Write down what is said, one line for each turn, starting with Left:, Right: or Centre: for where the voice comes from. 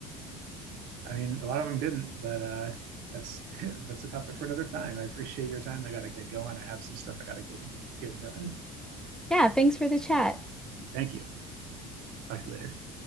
Right: I mean, a lot of them didn't, but uh, that's <laughs> that's a topic for another time. I appreciate your time. I got to get going. I have some stuff I got to go get done.
Centre: Yeah, thanks for the chat.
Right: Thank you. Talk to you later.